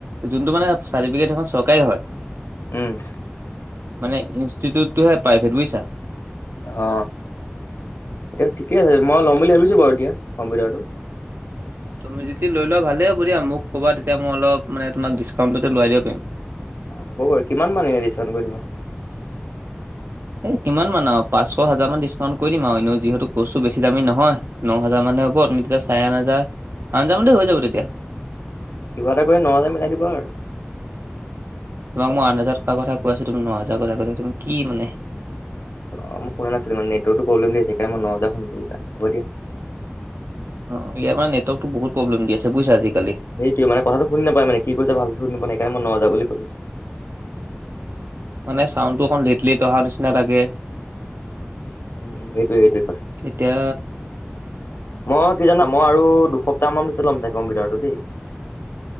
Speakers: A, on the right (about 70°); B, on the left (about 75°).
A: যোনটো মানে চাৰ্টিফিকেট সেইখন চৰকাৰী হয়।
B: উম।
A: মানে ইনষ্টিটিউটটোহে প্ৰাইভেট বুইছা।
B: অ এতিয়া ঠিকে আছে মই ল'ম বুলি ভাবিছো বাৰু এতিয়া কম্পিউটাৰটো।
A: তুমি যদি লৈ লোৱা ভালেই হ'ব দিয়া মোক ক'বা তেতিয়া মই অলপ মানে তোমাক ডিছকাউণ্টটো দি লোৱাই দিব পাৰিম।
B: হ'ব বাৰু কিমান মানে ডিছকাউণ্ট কৰি দিবা?
A: এই কিমান মান আও পাঁচশ, হাজাৰমান ডিছকাউণ্ট কৰি দিম আও এনেও যিহেতু কৰ্চটো বেছি দামী নহয়। ন হেজাৰ মানে হ'ব, তুমি তেতিয়া চাৰে আঠ হাজাৰ আঠ হাজাৰ মানতে হৈ যাব তেতিয়া।
B: কিবা এটা কৰি ন হেজাৰত মিলাই দিবা আৰু।
A: তোমাক মই আঠ হাজাৰত কৰা কথা কৈ আছো তুমি ন হেজাৰৰ কথা কৈছা তুম কি মানে।
B: অ, মই শুনা নাছিলো মানে নেটৱৰ্কটো প্ৰবলেম দি আছে সেইকাৰণে মই ন হেজাৰ শুনিলো সেইকাৰণে হ'ব দিয়া।
A: অ অ ইয়াত আমাৰ নেটৱৰ্কটো বহুত প্ৰব্লেম দি আছে বুইছা আজিকালি।
B: সেইটোৱে মানে কথাটো শুনি নাপায় মানে কি কৈছা ভালকে শুনি পোৱা নাই সেইকাৰণে মই ন হাজাৰ বুলি ক'লো।
A: মানে চাউণ্ডটো অকণ লেট লেট অহা নিচিনা লাগে।
B: উম সেইটোৱে সেইটোৱে কথা।
A: এতিয়া
B: মই কি জানা মই আৰু দুসপ্তাহ মান পিছত ল'ম চাগে কম্পিউটাৰটো দেই।